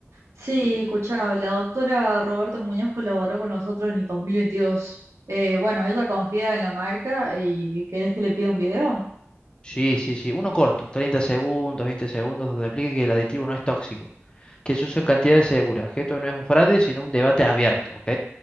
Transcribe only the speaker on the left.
Sí, sí, sí. Uno corto, 30 segundos, 20 segundos, donde explique que el aditivo no es tóxico, que se usa en cantidades seguras, que esto no es un fraude, sino un debate abierto, ¿ok?